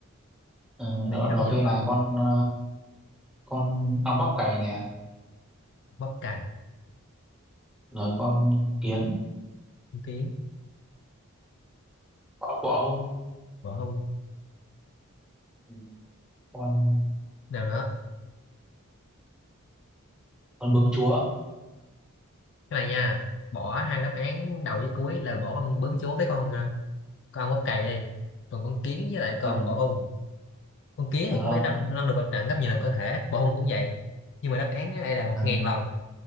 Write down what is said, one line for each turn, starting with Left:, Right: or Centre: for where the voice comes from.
Centre: ờ,
Left: này
Centre: đầu,
Left: rất
Centre: đầu
Left: là nhiều
Centre: tiên
Left: con
Centre: là con ờ, con ong bắp cày nè
Left: bắp cày
Centre: rồi con kiến
Left: con kiến
Centre: bọ, bọ hung
Left: bọ hung
Centre: Ừ. con
Left: nào nữa
Centre: con bướm chúa
Left: cái này nha bỏ hai đáp án đầu với cuối là bỏ con bướm chúa với con à, con bắp cày đi còn con kiến với lại con
Centre: Ờ,
Left: bọ hung con kiến
Centre: được
Left: thì cũng
Centre: không
Left: phải nâng nâng được vật trận gấp nhiều lần có thể bọ hung cũng vậy nhưng mà đáp án ở đây là một
Centre: à,
Left: ngàn lần